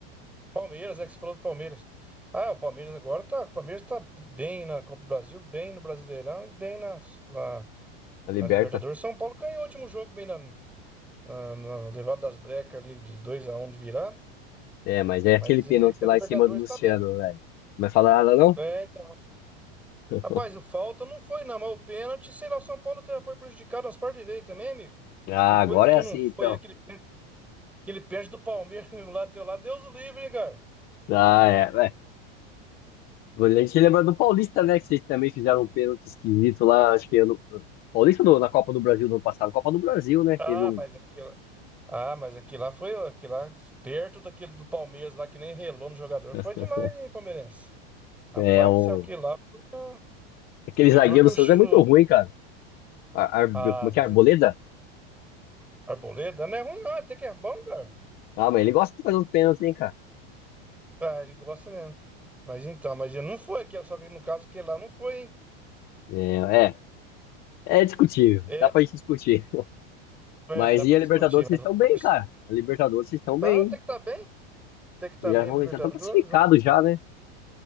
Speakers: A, in the centre; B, on the left.
A: Palmeiras, é que você falou do Palmeiras. Ah, o Palmeiras agora tá. O Palmeiras tá bem na Copa do Brasil, bem no Brasileirão e bem nas- na,
B: A liberta.
A: na, Libertadores. São Paulo ganhou o último jogo bem na, na, na levada das brecas ali de dois a um de virada.
B: É, mas é aquele
A: Mas
B: pênalti
A: e na
B: lá
A: Libertadores
B: em cima do Luciano,
A: tá bem.
B: velho. Não Vai falar nada, não?
A: É, então,
B: <laughs>
A: Rapaz, o falta não foi, não, mas o pênalti, sei lá, o São Paulo já foi prejudicado umas partes de vez também, amigo.
B: Ah,
A: Com coisa
B: agora
A: que
B: é assim,
A: não foi,
B: então.
A: aquele, pên- aquele pênalti do Palmeiras <laughs> mesmo lá, teu lá, Deus o livre, hein, cara.
B: Ah, é. é. A gente lembra do Paulista, né? Que vocês também fizeram um pênalti esquisito lá, acho que ano... Paulista ou na Copa do Brasil no ano passado, Copa do Brasil, né? Teve
A: Ah,
B: um.
A: mas aquilo, ah, mas aquilo lá foi, aquilo lá, perto daquele do Palmeiras lá, que nem relou no jogador,
B: <laughs>
A: foi demais, hein, palmeirense. Rapaz
B: É, o...
A: do céu, aquilo lá foi, ó,
B: Aquele
A: e
B: zagueiro
A: o duro que
B: do
A: o...
B: Santos
A: chu-
B: é muito ruim, cara. Ar... Ar- Como
A: Ah,
B: é
A: mas
B: que é? Arboleda?
A: o Arboleda não é ruim não, é até que é bom, cara.
B: Ah, mas ele gosta de fazer os pênaltis, hein, cara?
A: Ah, ele gosta mesmo. Mas então, mas ele não foi aquele, só que no caso aquele lá não foi, hein.
B: É, é. É discutível.
A: É,
B: Dá pra gente discutir.
A: É,
B: Mas
A: dá pra
B: e a
A: discutir,
B: Libertadores,
A: mas
B: vocês estão
A: vamos
B: bem,
A: torcer.
B: cara. A Libertadores, vocês estão
A: tá,
B: bem,
A: tem
B: hein?
A: que estar bem, tem que estar
B: Vocês Já
A: bem
B: vão,
A: em Libertadores.
B: já estão classificados já, né?